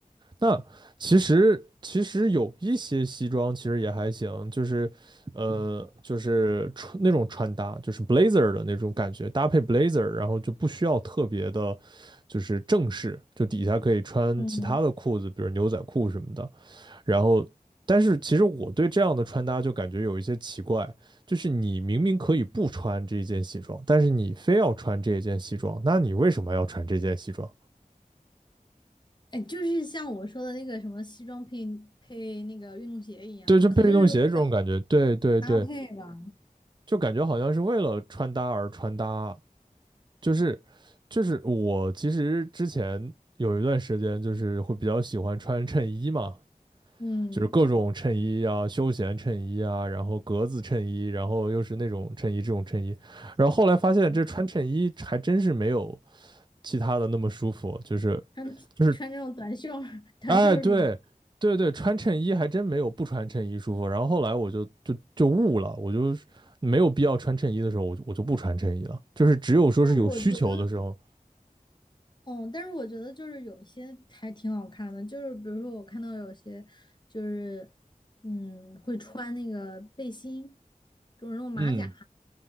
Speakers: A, on the right; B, on the left.
A: 那其实其实有一些西装其实也还行，就是呃就是穿那种穿搭，就是 blazer 的那种感觉，搭配 blazer，然后就不需要特别的，就是正式，就底下可以穿其他的裤子，
B: 嗯，
A: 比如牛仔裤什么的。然后，但是其实我对这样的穿搭就感觉有一些奇怪，就是你明明可以不穿这一件西装，但是你非要穿这一件西装，那你为什么要穿这件西装？
B: 哎，就是像我说的那个什么西装配配那个运动鞋一样，
A: 对，就配运动鞋这种感觉，
B: 可能就是为了
A: 对对对。
B: 搭配吧。
A: 就感觉好像是为了穿搭而穿搭，就是就是我其实之前有一段时间就是会比较喜欢穿衬衣嘛，
B: 嗯，
A: 就是各种衬衣啊，休闲衬衣啊，然后格子衬衣，然后又是那种衬衣这种衬衣，然后后来发现这穿衬衣还真是没有
B: 嗯
A: 其他的那么舒服，就是
B: 穿穿这种短袖儿
A: 就是
B: <laughs> 短袖儿舒服。
A: 哎，对，对对，穿衬衣还真没有不穿衬衣舒服。然后后来我就就就悟了，我就是没有必要穿衬衣的时候，我就我就不穿衬衣了。就是只有说是有需求的时候，
B: 但我觉得哦，但是我觉得就是有些还挺好看的，就是比如说我看到有些就是嗯会穿那个背心，就是那种马甲，
A: 嗯